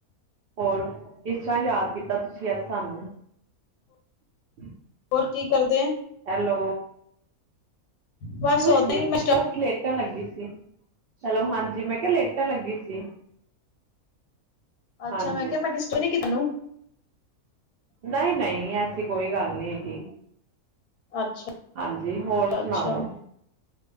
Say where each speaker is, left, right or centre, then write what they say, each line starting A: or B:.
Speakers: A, on the right (about 85°); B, on the left (about 90°).
A: ਹੋਰ ਕਿਸ ਤਰ੍ਹਾਂ ਯਾਦ ਕੀਤਾ ਤੁਸੀਂ ਅੱਜ ਸਾਨੂੰ? <inaudible>
B: ਕੀ ਕਰਦੇ?
A: ਹੈਲੋ
B: ਬਸ
A: ਕੁਛ
B: ਓਦਾਂ
A: ਨੀ
B: ਹੀ ਮੈਂ
A: ਬਸ ਲੇਟਾਂ ਲੱਗੀ ਸੀ। ਹੈਲੋ ਹਾਂਜੀ ਮੈਂ ਕਿਹਾ ਲੇਟਾਂ ਲੱਗੀ ਸੀ।
B: ਅੱਛਾ
A: ਹਾਂਜੀ
B: ਮੈਂ ਕਿਹਾ ਮੈਂ ਡਿਸਟ ਤੁਹਾਨੂੰ।
A: ਨਹੀਂ, ਨਹੀਂ ਐਸੀ ਕੋਈ ਗੱਲ ਨਹੀਂ ਹੈਗੀ।
B: ਅੱਛਾ।
A: ਹਾਂਜੀ। ਹੋਰ
B: ਅੱਛਾ
A: ਸੁਣਾਓ?